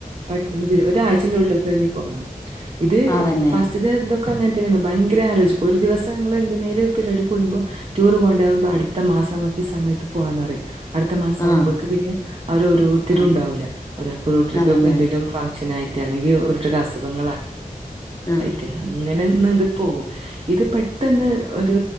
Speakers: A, on the right; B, on the left.
A: പ ഒരാഴ്ച്ചേന്റെ ഉള്ളിലൊക്കെ കഴിഞ്ഞ് പോകണം ഇത്
B: അതന്നെ
A: ഫസ്റ്റ്ത്തെ ത ക്ക അങ്ങനെ തന്നാണ് ഭയങ്കര ആലോചിക്കും ഒരു ദിവസം ഞങ്ങള് എന്തിനേലും പരിപാടിക്ക് കൂടുമ്പോ ടൂർ പോകണ്ടേ അടുത്ത മാസം നമക്ക് ഈ സമയത്ത് പോണന്നറയും അടുത്ത മാസം
B: ആ
A: ആവുമ്പക്ക് പിന്നെ അവരോരോരുത്തരും
B: ആ
A: ഉണ്ടാവൂല്ല ഒരാക്കൊരു ട്രി
B: അതന്നെ
A: പെ എന്തേലും ഫങ്ഷനായി ക്ക അല്ലെങ്കി ഇവര്ക്കൊക്കെ അസുഖങ്ങളാ
B: ആ
A: അയ്റ്റെ ള ങ്ങനെ ന്ന്ട് പോവും ഇത് പെട്ടെന്ന് ഒരു